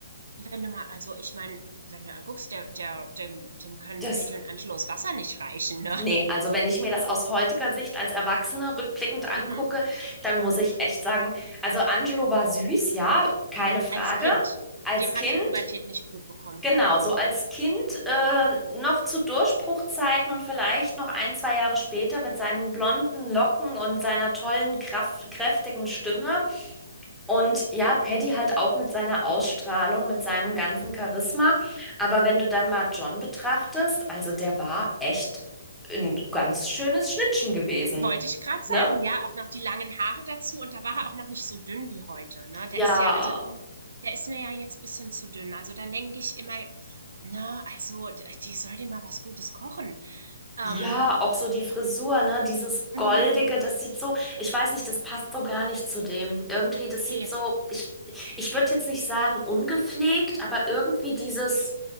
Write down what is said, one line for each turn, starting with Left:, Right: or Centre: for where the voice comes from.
Right: Wenn du mal also, ich meine, wenn du anguckst, der der dem dem können
Centre: das.
Right: Patty und Angelos Wasser nicht reichen, ne?
Centre: Nee, also wenn ich mir das aus heutiger Sicht als Erwachsene rückblickend angucke,
Right: Mhm.
Centre: dann muss ich echt sagen, also Angelo war süß, ja, keine Frage.
Right: Als Kind.
Centre: Als
Right: Dem
Centre: Kind.
Right: hat die Pubertät nicht gut bekommen.
Centre: Genau, so als Kind äh, noch zu Durchbruchzeiten und vielleicht noch ein, zwei Jahre später mit seinen blonden Locken und seiner tollen, kraft kräftigen Stimme. Und ja, Paddy halt auch mit seiner Ausstrahlung, mit seinem ganzen Charisma. Aber wenn du dann mal John betrachtest, also der war echt ein ganz schönes Schnittchen gewesen,
Right: Wollte ich gerade sagen,
Centre: ne?
Right: ja, auch noch die langen Haare dazu und da war er auch noch nicht so dünn wie heute, ne? Der
Centre: Ja,
Right: ist ja also, der ist mir ja jetzt ein bisschen zu dünn. Also, dann denke ich immer, ne, also, d die soll dir mal was Gutes kochen. Ähm,
Centre: Ja, auch so die Frisur, ne? Dieses
Right: mhm,
Centre: Goldige, das sieht so, ich weiß nicht, das passt so gar nicht zu dem. Irgendwie, das sieht
Right: ne.
Centre: so, ich, ich würde jetzt nicht sagen ungepflegt, aber irgendwie dieses